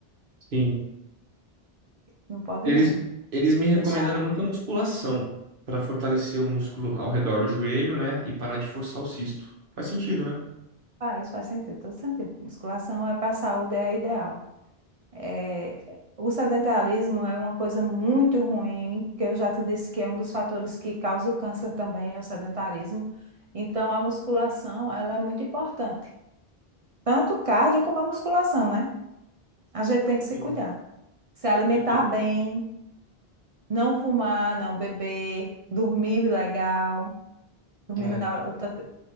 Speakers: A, on the right; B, on the right.
A: Sim.
B: Não pode
A: Eles,
B: não,
A: eles me recomendaram
B: deixar não.
A: muita musculação para fortalecer o músculo ao redor do joelho, né? E parar de forçar o cisto. Faz sentido, né?
B: Faz, faz sentido, todo sentido. Musculação é para a saúde, é ideal. É, o sedentarismo é uma coisa muito ruim, que eu já te disse que é um dos fatores que causa o câncer também, é o sedentarismo. Então, a musculação, ela é muito importante. Tanto o cardio como a musculação, né? A gente tem que se
A: Sim.
B: cuidar. Se alimentar
A: Eu tô.
B: bem, não fumar, não beber, dormir legal. Dormir
A: É.
B: na outra